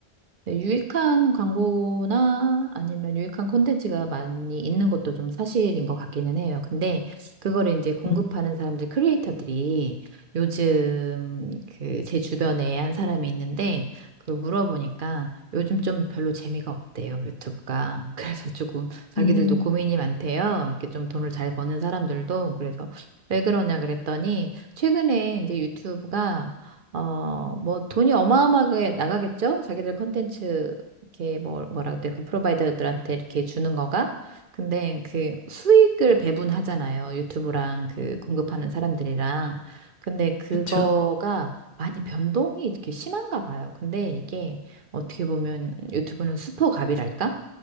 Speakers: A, on the right; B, on the left.
A: 네, 유익한 광고나 아니면 유익한 콘텐츠가 많이 있는 것도 좀 사실인 것 같기는 해요. 근데 그거를 이제 공급하는
B: 음,
A: 사람들, 크리에이터들이 요즘 그 제 주변에 한 사람이 있는데 그 물어보니까 요즘 좀 별로 재미가 없대요, 유튜브가. <laughs> 그래서 조금 자기들도
B: 음,
A: 고민이 많대요. 이렇게 좀 돈을 잘 버는 사람들도. 그래서 왜 그러냐 그랬더니 최근에 이제 유튜브가 어, 뭐 돈이 어마어마하게 나가겠죠? 자기들 컨텐츠 이렇게 뭐 뭐라 그때 그 프로바이더들한테 이렇게 주는 거가. 근데 그 수익을 배분하잖아요. 유튜브랑 그 공급하는 사람들이랑. 근데 그거가
B: 그쵸.
A: 많이 변동이 이렇게 심한가 봐요. 근데 이게 어떻게 보면 유튜브는 수퍼갑이랄까?